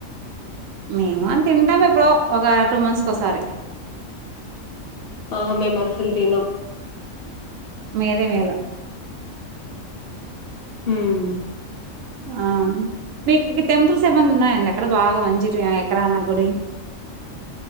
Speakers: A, on the right; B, on the left.
A: మేము ఆ తింటాము ఎప్పుడ ఒక టూ మంత్స్ కి ఓసారి
B: ఆహ మెమస్సలు తినం
A: మిదే మేల
B: హ్మ్
A: ఆ మీకు టెంపుల్స్ ఏమన్నా ఉన్నాయండి అక్కడ బాగా మంచివి ఎక్కడన్నా గుడి